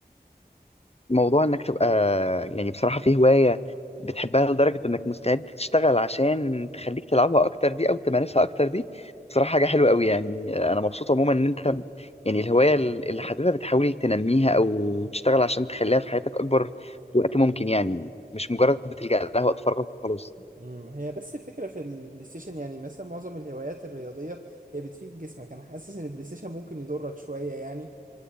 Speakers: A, on the left; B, on the right.
A: موضوع انك تبقى يعني بصراحة في هواية بتحبها لدرجة انك مستعد تشتغل عشان تخليك تلعبها اكتر دي او تمارسها اكتر دي بصراحة حاجة حلوة قوي يعني انا مبسوط عموما ان انت يعني الهواية اللي حاببها بتحاول تنميها او تشتغل عشان تخليها في حياتك اكبر وقت ممكن يعني مش مجرد بتلجأ لها وقت فراغك وخلاص
B: امم هي بس الفكرة في البلاي ستيشن يعني مثلا معظم الهوايات الرياضية هي بتفيد جسمك انا حاسس ان البلاي ستيشن ممكن يضرك شوية يعني